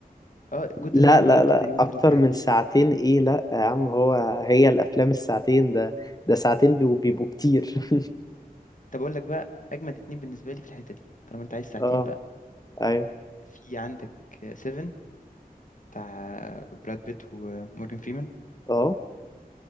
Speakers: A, on the left; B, on the left.
A: اه جود
B: لا
A: ذا باد أند
B: لا
A: ذا تقريبا
B: لا اكتر
A: ثلاث ساعات
B: من ساعتين ايه لا يا عم هو هي الافلام الساعتين ده ده ساعتين بيبقوا بيبقوا كتير <laughs>
A: طب أقول لك بقى أجمد اتنين بالنسبة لي في الحتة دي طالما أنت عايز ساعتين
B: اه
A: بقى
B: ايوه
A: في عندك سيفن بتاع آه، براد بيت ومورجان فريمان
B: اه